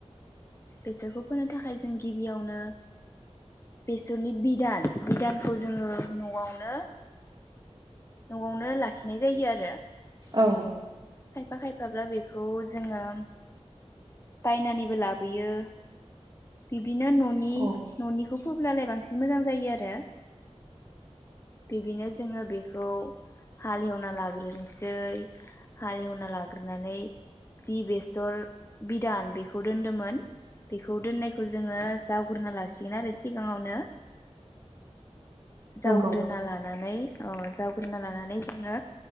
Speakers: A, on the left; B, on the right.
A: बेसाखौब फोनो थाखाय जों गिबियावनो बेसरनि बिदान बिदानखौ जोङो न'आवनो न'आवनो लाखि लखिनाय जायो आरो
B: औ
A: खायफा खायफा थाब्ला बे बे खौ जोङो बायनानैबो लाबोयो बिब्दिनो न'नि
B: औ
A: न'निखौ फोबलालाय बांसिन मोजां जायो आरो बिदिनो जोङो बे बेखौ हालेवना लाग्रोनोसै हालेवना लाग्रोनानै जि बेसर बिदान बेखौ दोन्दोंमोन बेखौ दोननायखौ जोङो जावग्रा लासिगोन गिनआरो सिगाङावनो जावग्रोना
B: नंगौ
A: लानो नानै अ जो जावग्रोना लानानै जोङो